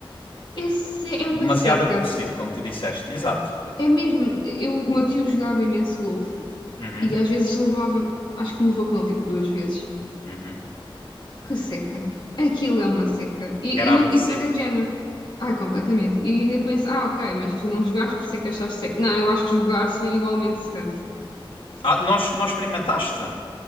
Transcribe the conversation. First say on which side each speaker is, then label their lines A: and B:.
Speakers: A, on the left; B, on the left.
A: esse é uma
B: Demasiado
A: seca.
B: aborrecido, como tu disseste. Exato.
A: É mesmo. Eu, o meu tio jogava imenso golfe
B: Uhum,
A: e às vezes levava. Acho que me levou com ele tipo duas vezes.
B: uhum.
A: Que seca. Aquilo é uma seca. E,
B: Era
A: e, não,
B: aborrecido.
A: e depois é de género. Ai, completamente. E ainda penso, ah, ok, mas tu não jogaste por ser que achaste seca. Não, eu acho que jogar seria igualmente secante.
B: Ah, nós, nós experimentaste?